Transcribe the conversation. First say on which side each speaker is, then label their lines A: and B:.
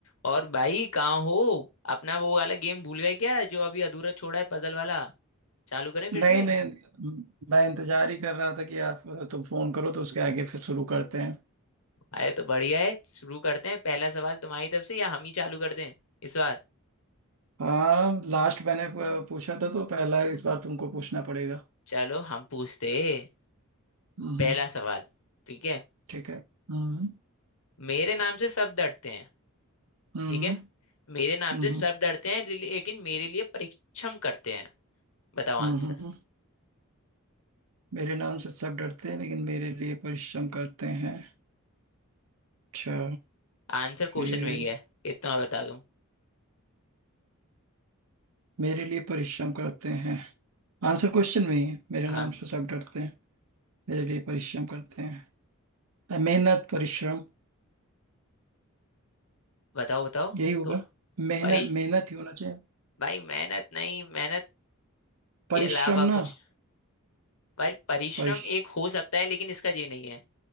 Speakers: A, on the left; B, on the right.
A: और भाई कहाँ हो अपना वो वाला गेम भूल गए क्या जो अभी अधूरा छोड़ा है पजल वाला चालू करें फिर
B: नहीं
A: से
B: नहीं मैं इंतजार ही कर रहा था कि यार तुम फोन करो तो उसके आगे फिर शुरू करते हैं
A: अरे तो बढ़िया है शुरू करते हैं पहला सवाल तुम्हारी तरफ से या हम ही चालू कर दें इस बार
B: हाँ लास्ट मैंने प- पूछा था तो पहला इस बार तुमको पूछना पड़ेगा
A: चलो हम पूछते हैं।
B: हम्म
A: पहला सवाल ठीक है
B: ठीक है हम्म
A: मेरे नाम से सब डरते हैं
B: हम्म
A: ठीक है मेरे नाम
B: हम्म
A: से सब डरते हैं ले- लेकिन मेरे लिए परीक्षम करते हैं बताओ
B: हम्म
A: आंसर
B: हम्म। हम्म। मेरे नाम से सब डरते हैं लेकिन मेरे लिए परिश्रम करते हैं अच्छा
A: आंसर क्वेश्चन
B: ये
A: में ही है इतना और बता दूं
B: मेरे लिए परिश्रम करते हैं आंसर क्वेश्चन में ही है मेरे
A: हाँ
B: नाम से सब डरते हैं मेरे लिए परिश्रम करते हैं मेहनत परिश्रम
A: बताओ बताओ
B: यही होगा
A: थोड़ा
B: मेहनत
A: परी
B: मेहनत ही होना चाहिए
A: भाई मेहनत नहीं मेहनत
B: परिश्रम
A: के अलावा
B: ना
A: कुछ पर परिश्रम
B: परिश
A: एक हो सकता है लेकिन इसका ये नहीं है